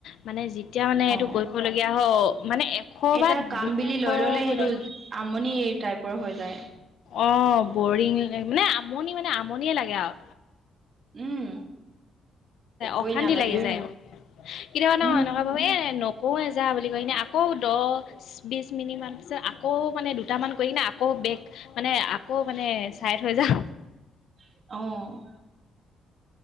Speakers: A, on the left; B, on the right.
A: মানে যেতিয়া মানে এইটো
B: অ
A: কৰিবলগীয়া হ মানে
B: এটা
A: বা
B: কাম
A: দুশ
B: বিলি
A: কৰিলে
B: লৈ ললে সেইটো আমনি টাইপৰ হৈ যায়।
A: অ', বৰিং মানে আমনি মানে আমনিয়ে লাগে আৰু।
B: উম কবই
A: অশান্তি
B: নালাগে
A: লাগি
B: আৰু
A: যায় অ। কেতিয়াবা ন
B: উম
A: এনেকুৱা এ নকৌয়ে জা বুলি কৈকিনে আকৌ দহ, বিছ মিনিট মান পিছত আ কৌ মানে দুটামান কৰিকিনে আকৌ বেগ মানে আকৌ মানে চাইড হয় যাওঁ।
B: অ'।